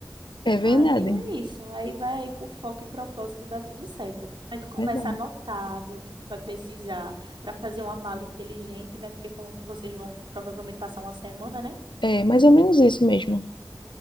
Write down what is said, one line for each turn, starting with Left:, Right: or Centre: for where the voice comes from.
Left: É verdade,
Right: Aí é isso. Aí vai aí com foco e propósito, dá tudo certo. Aí tu começa
Left: é verdade.
Right: a anotar, ver o que tu vai precisar para fazer uma mala inteligente, né? Porque como tu- vocês vão provavelmente passar uma semana, né?
Left: É mais ou menos isso mesmo.